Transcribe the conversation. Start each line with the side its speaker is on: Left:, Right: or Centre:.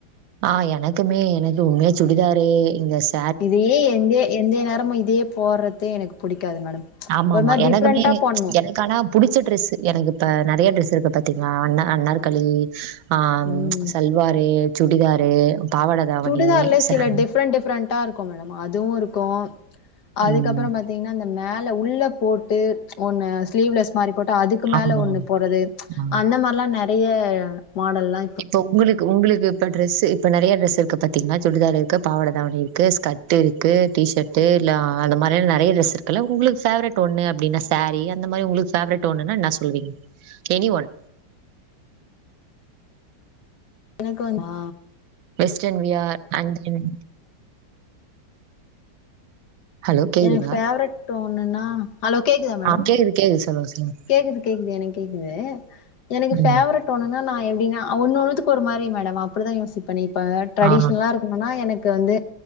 Right: ஆ எனக்குமே எனக்கு உண்மையா சுடிதாரே இந்தஸ்
Left: இதையே எந்தே எந்தே நேரமும் இதையே போறதே எனக்கு புடிக்காது மேடம்
Right: ஆமாமா
Left: ஒரு மாரி
Right: எனக்குமே
Left: டிஃப்ரெண்டா போடணும்.
Right: எனக் கனா புடிச்ச ட்ரெஸ் எனக்கு இப்ப நெறையா ட்ரெஸ் இருக்கு பாத்தீங்களா அண்ணா அன்னார்களி ஆம்
Left: ம்.
Right: சல்வாரு சூடதாரு பாவாட தாவணி,
Left: சுடிதார்ல
Right: சாரி
Left: சில டிஃப்ரெண்ட் டிஃப்ரெண்ட்டா இருக்கு மேடம் அதுவு இருக்கு அதுக்கப்பறம்
Right: ம்.
Left: பாத் தீங்கன்னா அந்த மேல உள்ள போட்டு ஒன்னு ஸ்லீவ்லெஸ் மாறி போட்டு அதுக்கு மேல
Right: ஆமா,
Left: ஒண்ணு போறது
Right: ஆ.
Left: அந்த மாரிலா நெறைய மாடல்ல்லா
Right: இப்ப உங்களுக்கு உங்களுக்கு இப்ப ட்ரெஸ்ஸு இப்ப நெறைய ட்ரெஸ் இருக்கு பாத்தீங்க்னா சுடிதார் இருக்கு பாவட தாவணி இருக்கு ஸ்க்ட் ட்டுருக்கு டி ஷர்ட்டு லா அந்த மாதிரியாம் நிறைய ட்ரெஸ் இருக்குல்ல உங்களுக்குஃபேவரட் ஒன்னு அப்டின்னா சாரீ அந்த மாரி உங்ளுக் ஃபேவரேட் ஒன்னுன்னா என்னா சொல்லுவீங் எனி ஒன்
Left: எனக்கு வந் பா
Right: வெஸ்டன் வ்யா அன்ஜுவிங் ஹலோ கேக்குதுங்களா?
Left: ஏ ஃபேவரெட் டோன்னுன்னா அலோ கேக்குதா மேடம்
Right: ஆஹ் கேக்குது கேக்குது சொல்லுங்க சொல்லுங்க
Left: கேக்குது கேக்குது எனக்கு கேக்குது எனக்கு
Right: ம்.
Left: ஃபேவரெட் டோன்னுனா நா எப்டினா ஒன் ஒன்னத்துக்கு ஒரு மாரி மேடம் அப்டிதா யோசிப்பே நீ இப்ப ட்ரெடிஷ்னலா
Right: ஆ
Left: இருக்கனுனா எனக் கு வந்து